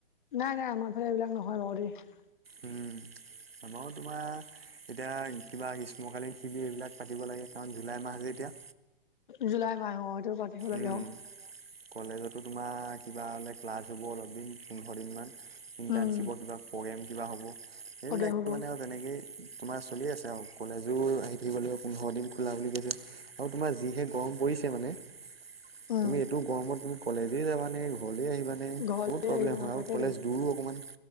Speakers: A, on the left; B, on the right.
A: নাই নাই আমাৰ ফালে এইবিলাক নহয় বাৰু দেই।
B: উম', আমাও তোমাৰ এতিয়া কিবা স্মকালিং ফিলি এইবিলাক পাতিব লাগে, কাৰণ জুলাই মাহ যে এতিয়া।
A: জুলাই মাহ অঁ এইটো পাতিব লাগে
B: উম
A: অঁ'।
B: কলেজতো তোমাৰ কিবা হ'লে ক্লাছ হ'ব অলপ দিন, পোন্ধৰ দিনমান, ইণ্টাৰ্ণশ্বিপৰ
A: উম
B: কিবা প্ৰগ্ৰেম কিবা হ'ব, সেইবিলাক
A: প্ৰগ্ৰেম হ'ব উম
B: মানে আৰু তেনেকেই তোমাৰ চলি আছে আৰু। কলেজো আহি থাকিব লাগিব পোন্ধৰ দিন খোলা বুলি কৈছে, আৰু তোমাৰ যিহে গৰম পৰিছে মানে
A: উম
B: তুমি এইটো গৰমত তুমি কলেজে যাবা নে, ঘৰলে আহিবা নে নে
A: ঘৰলে
B: বহুত প্ৰব্লেম
A: আহিব ন
B: হয়,
A: তাকেতো
B: আৰু কলেজ দূৰো অকমান।